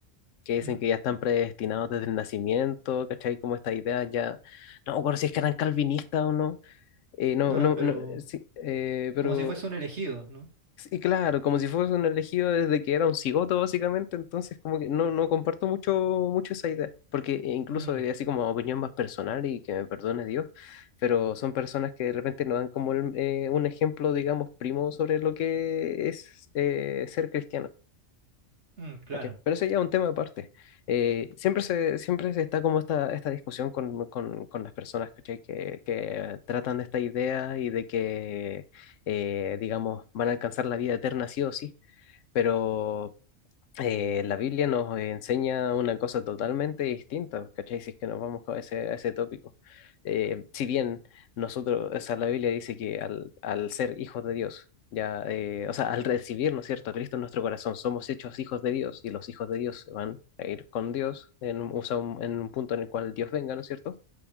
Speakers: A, on the left; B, on the right.
A: que dicen
B: ¿Mm?
A: que ya están predestinados desde el nacimiento, ¿cachai? Como esta idea ya, no me acuerdo si es que eran calvinistas o no, eh, no,
B: Ah,
A: no,
B: pero
A: no, eh, sí, eh, pero,
B: como si fuese un elegido, ¿no?
A: y claro, como si fuese un elegido desde que era un cigoto, básicamente, entonces como que no, no comparto mucho, mucho esa idea, porque eh, incluso
B: Mm,
A: eh, así como opinión más personal y que me perdone Dios, pero son personas que de repente nos dan como el- eh, un ejemplo, digamos, primo sobre lo que es eh, ser cristiano.
B: mm, claro.
A: ¿cachai? Pero eso ya es un tema aparte. Eh, siempre se, siempre se está como esta, esta discusión con, con- con las personas, ¿cachai? Que, que tratan de esta idea y de que, eh, digamos, van a alcanzar la vida eterna sí o sí, pero, eh, la Biblia nos enseña una cosa totalmente distinta, ¿cachai? Si es que nos vamos a ese, a ese tópico. Eh, si bien nosotros, o sea, la Biblia dice que al, al ser hijos de Dios, ya, eh, o sea, al recibir, ¿no es cierto?, a Cristo en nuestro corazón, somos hechos hijos de Dios y los hijos de Dios se van a ir con Dios en, un, o sea, un- en un punto en el cual Dios venga, ¿no es cierto?